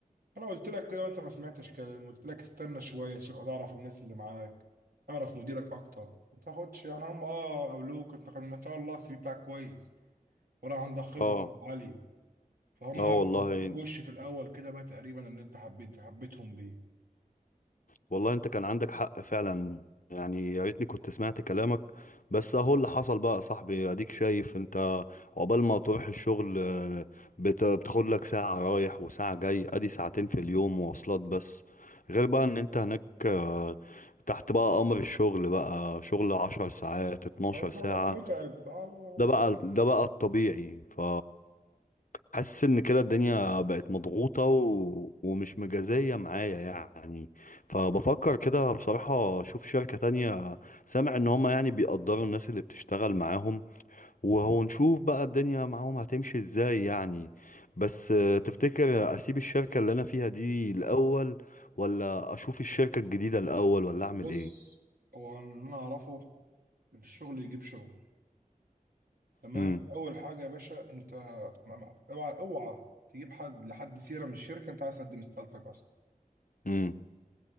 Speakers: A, on the right; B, on the left.
A: انا قلت لك كده وانت ما سمعتش كلام قلت لك استنى شوية عشان اعرف الناس اللي معاك اعرف مديرك اكتر ما تاخدش يعني هم اه قابلوك انت كان ما شاء الله السي في بتاعك كويس ولا عندك خبرة
B: اه
A: عالية فهم
B: اه
A: ادوك
B: والله
A: وش في الاول كده بقى تقريبا ان انت حبيت حبيتهم بيه
B: والله انت كان عندك حق فعلا يعني يا ريتني كنت سمعت كلامك بس اهو اللي حصل بقى يا صاحبي اديك شايف انت عقبال ما تروح الشغل آه، بت- بتاخد لك ساعة رايح وساعة جاي ادي ساعتين في اليوم مواصلات بس غير بقى ان انت هناك آه، تحت بقى امر الشغل بقى شغل عشر ساعات اتناشر
A: هو
B: ساعة
A: شغلك متعب آه،
B: ده
A: ما-
B: بقى ده بقى الطبيعي ف حاسس ان كده الدنيا بقت مضغوطة و... ومش مجازية معايا يعني فبفكر كده بصراحة اشوف شركة تانية سامع ان هما يعني بيقدروا الناس اللي بتشتغل معاهم وهو نشوف بقى الدنيا معاهم هتمشي ازاي يعني بس آه، تفتكر اسيب الشركة اللي انا فيها دي الاول ولا اشوف الشركة الجديدة الاول ولا اعمل
A: بص
B: ايه
A: هو اللي انا اعرفه الشغل يجيب شغل تمام
B: امم
A: اول حاجه يا باشا انت ما- ما- اوعى اوعى تجيب حد لحد سيره من الشركه انت عايز تقدم استقالتك اصلا
B: امم